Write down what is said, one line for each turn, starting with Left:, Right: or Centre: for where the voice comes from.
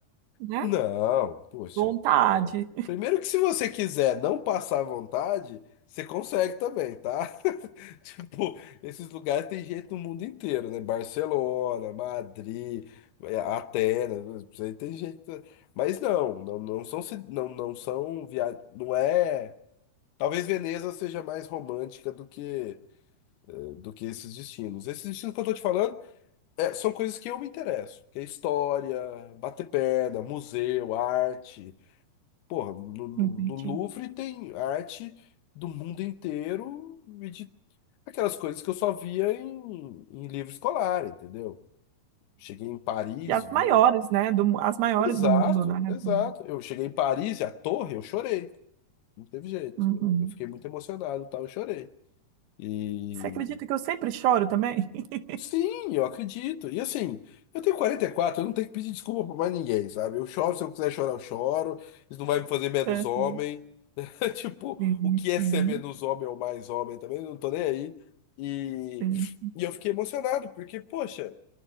Right: né?
Left: Não, poxa.
Right: Vontade.
Left: não. Primeiro que se você quiser não passar vontade, você consegue também, tá? <laughs> Tipo, esses lugares tem gente no mundo inteiro, né? Barcelona, Madrid, eh, Atenas, isso aí tem gente. Mas não, não, não são, ci- não, não são viagens. Não é. Talvez Veneza seja mais romântica do que eh, do que esses destinos. Esses destinos que eu tô te falando eh, são coisas que eu me interesso, que é história, bater perna, museu, arte. Porra, no,
Right: <laughs>
Left: no-
Right: Entendi.
Left: no Louvre tem arte do mundo inteiro e de aquelas coisas que eu só via em, em livro escolar, entendeu? Cheguei em Paris,
Right: E as
Left: via.
Right: maiores, né? Do, as maiores
Left: Exato,
Right: do mundo, né?
Left: exato.
Right: assim.
Left: Eu cheguei em Paris e a torre, eu chorei. Não teve jeito.
Right: Uhum.
Left: Eu fiquei muito emocionado, e tal, eu chorei. E
Right: Você acredita que eu sempre choro também? <laughs>
Left: Sim, eu acredito. E assim, eu tenho 44, eu não tenho que pedir desculpa pra mais ninguém, sabe? Eu choro, se eu quiser chorar, eu choro. Isso não vai me fazer menos
Right: É,
Left: homem.
Right: é.
Left: <laughs> Tipo,
Right: Sim,
Left: o que é
Right: sim,
Left: ser menos homem ou mais homem também, eu não tô nem aí. E,
Right: sim.
Left: e eu fiquei emocionado, porque, poxa,